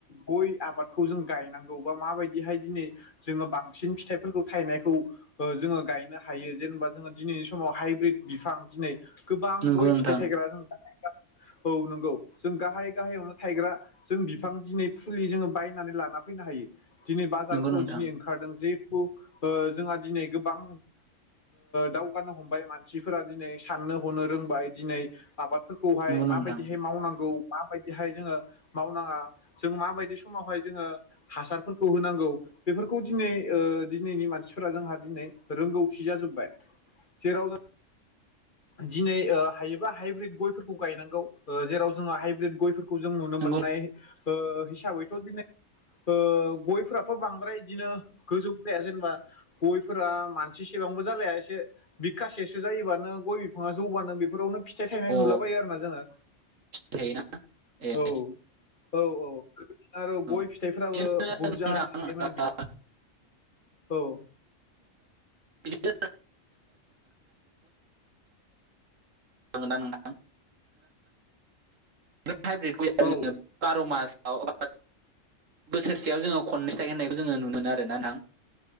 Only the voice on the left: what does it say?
गय आबादखौ जों गायनांगौ बा माबायदिहाय दिनै जोङो बांसिन फिथाइफोरखौ थायनायखौ ओ जोङो गायनो हायो जेनेबा जोङो दिनैनि समाव हाइब्रिद बिफां दिनै गोबां
गय
फिथाइ थायग्रा जों औ नंगौ जों गाहाय गाहायावनो थायग्रा जों बिफां दिनै फुलि जोङो बायनानै लाना फैनो हायो दिनै बाजारफ्राव
दिनै ओंखारदों जिहेथु जोंहा दिनै गोबां दावगानो हमबाय मानसिफोरा दिनै साननो हनो रोंबाय दिनै आबादफोरखौ खौहाय
माबायदिहाय मावनांगौ माबायदिहाय जोङो मावनाङा जों माबायदि समावहाय जोङो हासारफोरखौ होनांगौ बेफोरखौ दिनै दिनैनि मानसिफोरा जोंहा दिनै रोंगौथि जाजोब्बाय जेराव जों दिनै हायोबा हाइब्रिद गयफोरखौ गायनांगौ जेराव जोङो हाइब्रिद गयफोरखौ खौ जों नुनो
मोननाय
हिसाबैथ' ओ दिनै ओ गयफोराथ' बांद्राय इदिनो गोजौ फाया जेनेबा गयफोरा मानसिसेबांबो जालाया एसे बिखासेसो जायोबानो गय बिफाङा जौबानो बेफोरावनो फि फिथाइ थायनाय
नुलाबायो आरोना जोङो
औ औ-औ आरो
गय फिथाइफ्राबो
बुरजा
थायो माने बिफां औ
औ